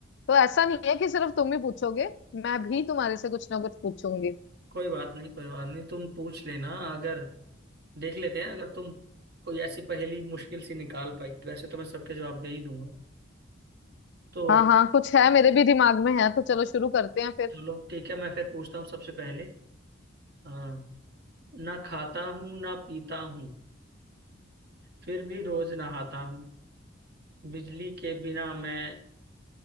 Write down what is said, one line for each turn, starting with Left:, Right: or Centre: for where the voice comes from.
Left: तो ऐसा नहीं है कि सिर्फ तुम ही पूछोगे मैं भी तुम्हारे से कुछ ना कुछ पूछूंगी
Right: कोई बात नहीं कोई बात नहीं तुम पूछ लेना अगर देख लेते हैं अगर तुम कोई ऐसी पहेली मुश्किल सी निकाल पाई वैसे तो मैं सबके जवाब दे ही दूंगा तो
Left: हाँ हाँ कुछ है मेरे भी दिमाग में है तो चलो शुरू करते हैं फिर
Right: चलो ठीक है मैं फिर पूछता हूँ सबसे पहले हाँ ना खाता हूँ ना पीता हूँ फिर भी रोज नहाता हूँ बिजली के बिना मैं